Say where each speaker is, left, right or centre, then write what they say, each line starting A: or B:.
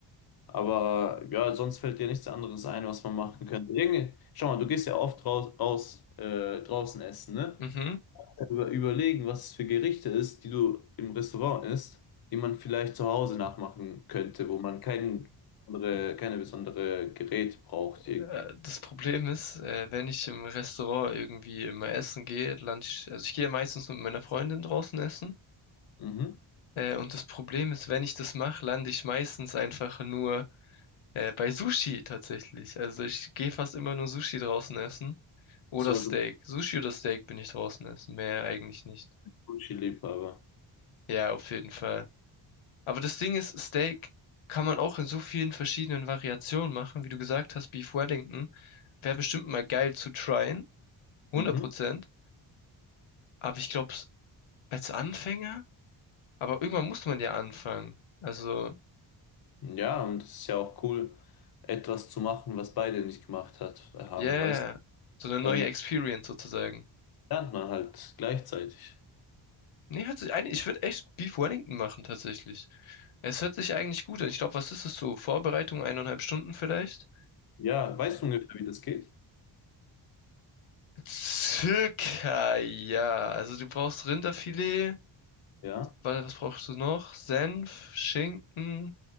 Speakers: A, on the left (about 50°); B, on the left (about 75°).
A: Aber ja, sonst fällt dir nichts anderes ein, was man machen könnte. Irgendwie, schau mal, du gehst ja oft raus, raus äh, draußen essen, ne?
B: Mhm.
A: Über, überlegen, was es für Gerichte ist, die du im Restaurant isst, die man vielleicht zu Hause nachmachen könnte, wo man kein, andere, keine besondere Gerät braucht irgendwie.
B: Äh, Das Problem ist, äh, wenn ich im Restaurant irgendwie immer essen gehe, lande ich, also ich gehe meistens mit meiner Freundin draußen essen.
A: Mhm.
B: Äh, und das Problem ist, wenn ich das mache, lande ich meistens einfach nur Äh, bei Sushi tatsächlich. Also ich gehe fast immer nur Sushi draußen essen. Oder
A: So,
B: Steak.
A: also
B: Sushi oder Steak bin ich draußen essen. Mehr eigentlich nicht.
A: Gucci-Liebhaber.
B: Ja, auf jeden Fall. Aber das Ding ist, Steak kann man auch in so vielen verschiedenen Variationen machen. Wie du gesagt hast, Beef Wellington wäre bestimmt mal geil zu tryen. hundert
A: Mhm.
B: Prozent. Aber ich glaube, als Anfänger, aber irgendwann muss man ja anfangen. Also,
A: Ja, und es ist ja auch cool, etwas zu machen, was beide nicht gemacht hat, äh, haben,
B: yeah.
A: weißt du?
B: So eine neue
A: Dann
B: Experience sozusagen.
A: lernt man halt gleichzeitig.
B: Nee, hört sich eigentlich, ich würde echt Beef Wellington machen tatsächlich. Es hört sich eigentlich gut an. Ich glaube, was ist es so? Vorbereitung eineinhalb Stunden vielleicht?
A: Ja, weißt du ungefähr, wie das geht?
B: Circa, ja. Also du brauchst Rinderfilet.
A: Ja.
B: Was was brauchst du noch? Senf, Schinken,